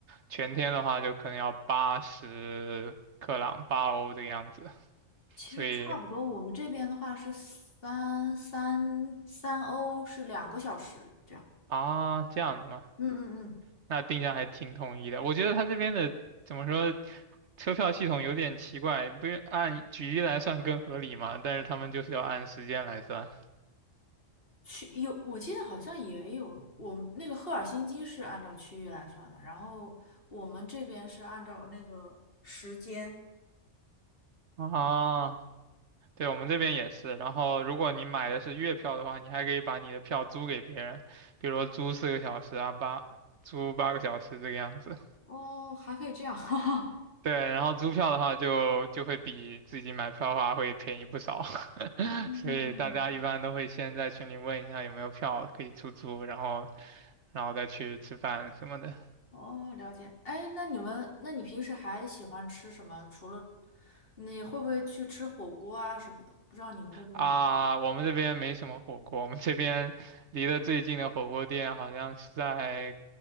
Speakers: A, on the right; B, on the left.
A: 全天的话就可能要八十克朗，八欧这个样子。
B: 其实差不多，
A: 所以
B: 我们这边的话是三三三欧是两个小时这样。
A: 啊，这样子吗？
B: 嗯嗯嗯，
A: 那定价还挺统一的。我觉得他这边的怎么说，车票系统有点奇怪，不是按距离来算更合理嘛？但是他们就是要按时间来算
B: 区有我记得好像也有，我们那个赫尔辛基是按照区域来算的，然后我们这边是按照那个时间。
A: 啊。对，我们这边也是。然后，如果你买的是月票的话，你还可以把你的票租给别人，比如说租四个小时啊，八租八个小时这个样子。
B: 哦，还可以这样，<laughs> 哈哈。
A: 对，然后租票的话就就会比自己买票的话会便宜不少，<laughs>
B: 嗯，
A: 所以大家一般都会先在群里问一下有没有票可以出租，然后然后再去吃饭什么的。
B: 哦，了解。哎，那你们，那你平时还喜欢吃什么？除了你会不会去吃火锅啊什么的？我不知道你们那边有。
A: 啊，我们这边没什么火锅，我们这边离得最近的火锅店好像是在